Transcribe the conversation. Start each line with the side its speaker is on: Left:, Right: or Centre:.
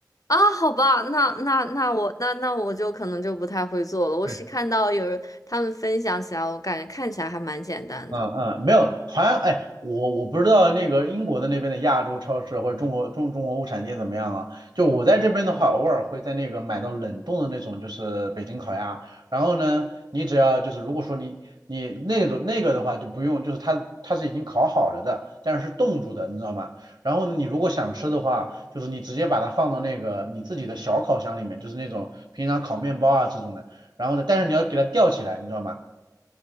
Left: 啊，好吧，那那那我那那我就可能就不太会做了。我是看到有人他们分享起来，
Right: <laughs>
Left: 我感觉看起来还蛮简单的。
Right: 嗯嗯，没有，好像哎，我我不知道那个英国的那边的亚洲超市或者中国中中国物产店怎么样啊？就我在这边的话，偶尔会在那个买到冷冻的那种，就是北京烤鸭。然后呢，你只要就是如果说你你那种那个的话就不用，就是它它是已经烤好了的，但是是冻住的，你知道吗？然后呢，你如果想吃的话，就是你直接把它放到那个你自己的小烤箱里面，就是那种平常烤面包啊这种的。然后呢，但是你要给它吊起来，你知道吗？